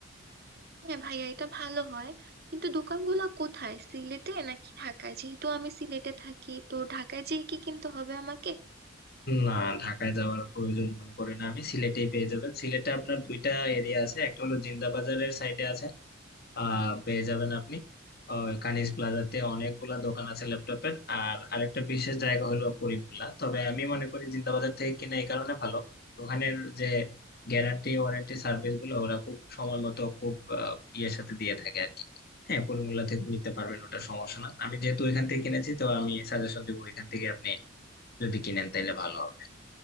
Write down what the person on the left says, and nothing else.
না ঢাকায় যাওয়ার প্রয়োজন মনে করি না আমি সিলেটেই পেয়ে যাবেন সিলেটে আপনার দুইটা এরিয়া আছে একটা হলো জিন্দা বাজারের সাইডে আছে আহ পেয়ে যাবেন আপনি আহ, কানিজ প্লাজাতে অনেকগুলা দোকান আছে ল্যাপটপের আর আরেকটা বিশেষ জায়গা হলো করিমুল্লা তবে আমি মনে করি জিন্দাবাজার থেকে কিনা এই কারণে ভালো ওখানের যে গ্যারান্টি ওয়ারেন্টি সার্ভিস গুলো ওরা খুব সময় মতো খুব আহ, ইয়ের সাথে দিয়ে থাকে আর কি হ্যাঁ করিমুল্লা থেকে নিতে পারবেন ওটা সমস্যা না আমি যেহেতু ওইখান থেকে কিনেছি তো আমি সাজেশন দেবো ওইখান থেকে আপনি যদি কিনেন তাহলে ভালো হবে